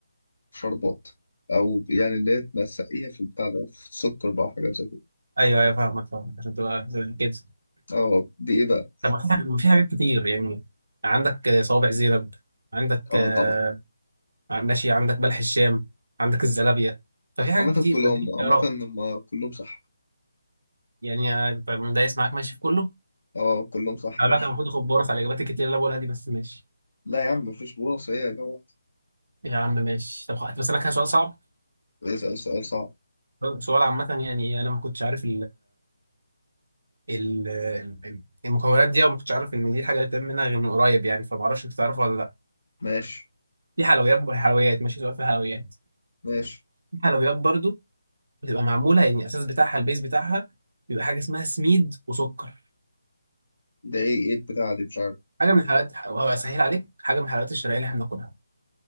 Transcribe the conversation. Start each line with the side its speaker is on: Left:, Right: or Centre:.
Left: في شربات او يعني اللي هي تسقيها في البتاع ده في السكر بقى وحاجات زي كده
Right: ايوه ايوه فاهمك فاهمك عشان تبقى زي كده
Left: اه دي ايه بقى
Right: طب ما في حاجة- ما في حاجات كتير يعني عندك آه، صوابع زينب عندك
Left: اه
Right: آه،
Left: طبعا
Right: ماشي عندك بلح الشام عندك الزلابية ففي حاجات
Left: عامة
Right: كتير
Left: كلهم
Right: فاديني اختيارات
Left: عامة هم كلهم صح
Right: يعني آه، أنت دايس معاك ماشي في كله
Left: اه كلهم صح
Right: على
Left: يا باشا
Right: فكره المفروض اخد بونص على الاجابات الكتير اللي انا بقولها دي بس ماشي
Left: لا يا عم مفيش بونص ايه يا جماعة
Right: يا عم ماشي طب خ- بس انا كده سؤال صعب
Left: اسأل سؤال صعب
Right: سؤال عامة يعني انا ما كنتش عارف ال- ال- المكونات دي أنا ما كنتش عارف إن دي الحاجة اللي بتتعمل منها غير من قريب يعني فما أعرفش أنت تعرفها ولا لأ
Left: ماشي
Right: في حلويات وحلويات ماشي سؤال في الحلويات
Left: ماشي
Right: في حلويات برضو بتبقى معمولة يعني الأساس بتاعها البيز بتاعها بيبقى حاجة اسمها سميد وسكر
Left: ده ايه ايه البتاعة دي مش عارف
Right: حاجة من الحلويات وهو أسهل عليك حاجة من الحلويات الشرقية اللي إحنا بناكلها